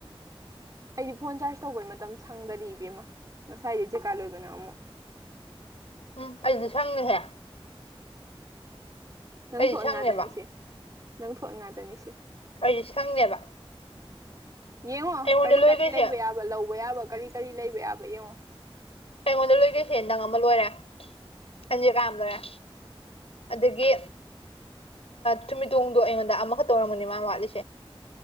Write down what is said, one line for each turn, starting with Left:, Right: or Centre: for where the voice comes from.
Right: ꯑꯩꯗꯤ ꯐꯣꯟ ꯆꯥꯔꯖ ꯇꯧꯕꯩ ꯃꯇꯝ ꯁꯪꯗꯗꯤ ꯏꯕꯦꯝꯃ ꯉꯁꯥꯏꯗꯤ ꯖꯦꯀꯥ ꯂꯣꯏꯕꯅ ꯑꯃꯨꯛ
Left: ꯎꯝ ꯑꯩꯁꯨ ꯁꯪꯉꯦꯍꯦ
Right: ꯅꯪ
Left: ꯑꯩꯗꯤ
Right: ꯊꯣꯛꯍꯟ
Left: ꯁꯪꯅꯦꯕ
Right: ꯉꯥꯛꯇꯅꯤ ꯁꯤ ꯅꯪ ꯊꯣꯛꯍꯟ ꯉꯥꯛꯇꯅꯤ ꯁꯤ
Left: ꯑꯩ ꯁꯪꯅꯦꯕ
Right: ꯌꯦꯡꯉꯣ
Left: ꯑꯩꯉꯣꯟꯗ
Right: ꯀꯔꯤ
Left: ꯂꯣꯏꯈꯩꯁꯦ
Right: ꯀꯔꯤ ꯂꯩꯕ ꯌꯥꯕ ꯂꯧꯕ ꯌꯥꯕ ꯀꯔꯤ ꯀꯔꯤ ꯂꯩꯕ ꯌꯥꯕ ꯌꯦꯡꯉꯣ
Left: ꯑꯩꯉꯣꯟꯗ ꯂꯣꯏꯗꯣꯏꯁꯦ ꯅꯪ ꯑꯃ ꯂꯣꯏꯔꯦ <unintelligible> ꯀꯥ ꯑꯃ ꯂꯣꯏꯔꯦ ꯑꯗꯒꯤ ꯊꯨꯝꯃꯤꯗꯣꯡꯗꯣ ꯑꯩꯉꯣꯟꯗ ꯑꯃꯈꯛ ꯇꯧꯔꯝꯒꯅꯤ ꯃꯥ ꯋꯥꯠꯂꯤ